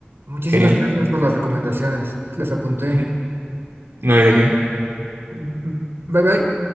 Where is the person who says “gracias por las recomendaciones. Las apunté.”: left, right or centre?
Right